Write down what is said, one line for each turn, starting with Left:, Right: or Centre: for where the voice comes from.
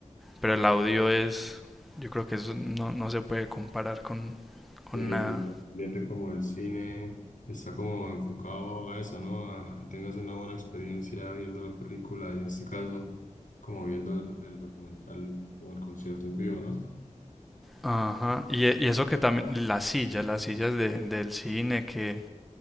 Centre: Pero el audio es, yo creo que eso no, no se puede comparar con, con
Left: Sí, el
Centre: nada.
Left: ambiente como el cine está como enfocado a eso, ¿no? A que tengas una buena experiencia viendo la película y en este caso como viendo el, el documental o el concierto en vivo, ¿no?
Centre: Ajá. Y, e- y eso que también, las sillas, las sillas de- del cine, que,